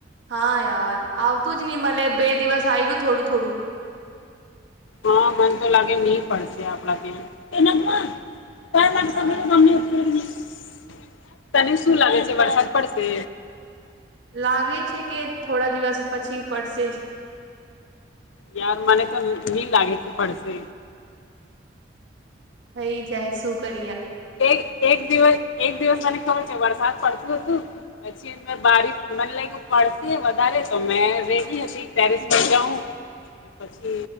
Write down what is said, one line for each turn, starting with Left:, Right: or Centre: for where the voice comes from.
Right: હા યાર આવતું જ નહી મલે બે દિવસ આવ્યું થોડું થોડું.
Left: હા મન તો લાગે નહી પડશે આપડા ત્યા એના <unintelligible> પ લ
Right: હા
Left: સમમે સા ઉત <unintelligible> તને શું લાગે છે વરસાદ પડશે?
Right: લાગે છે કે થોડા દિવસ પછી પડશે જ
Left: યાર મને તો ની લાગે છે પડશે
Right: થઈ જાય શું કરી
Left: એક એક દિવસ એક દિવસ મને ખબર છે વરસાદ પડતું હતું પછી બારી મને લાગ પડશે વધારે તો મે રેડી હતી ટેરેસ જઉં અને પછી